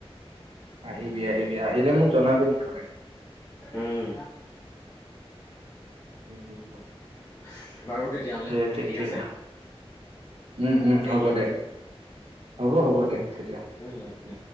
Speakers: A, on the right; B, on the left.
A: আহিবি আহিবি আহিলে মোক জনাবি মুঠতে
B: উম।
A: উম হম।
B: <unintelligible> তেতিয়াহ'লে
A: দে তেতিয়া
B: ঠিক আছে
A: উম উম
B: নে
A: হ'ব
B: কি
A: দে হ'ব হ'ব দে তেতিয়া
B: উম উম
A: উ।